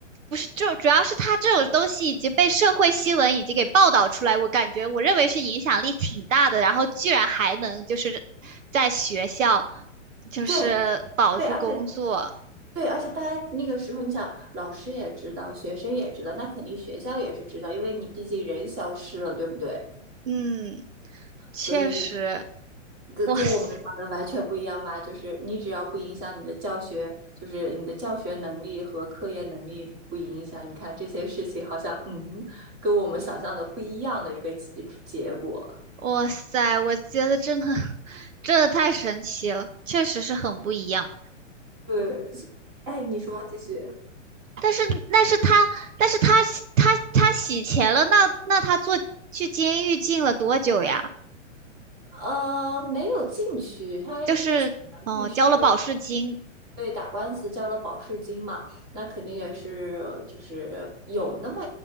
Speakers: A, on the right; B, on the right.
A: 不是，就主要是他这种东西已经被社会新闻已经给报道出来，我感觉我认为是影响力挺大的，然后居然还能就是在学校就是保住工作，
B: 对对，而且对，而且大家那个时候，你想老师也知道，学生也知道，那肯定学校也是知道，因为你毕竟人消失了，对不对？
A: 嗯。确实，
B: 所以跟跟我们想的完全不一样吧？
A: 哇塞，
B: 就是你只要不影响你的教学，就是你的教学能力和科研能力不影响，你看这些事情好像嗯哼，跟我们想象的不一样的一个结结果。
A: 哇塞，我觉得真的 <laughs> 真的太神奇了，确实是很不一样。
B: 对，所哎，你说继续。
A: 但是，但是他，但是他洗他他洗钱了，那那他坐去监狱进了多久呀？
B: 呃，没有进去，他因为请了律师，
A: 就是哦，交了保释金。
B: 为打官司交了保释金嘛，那肯定也是就是有那么，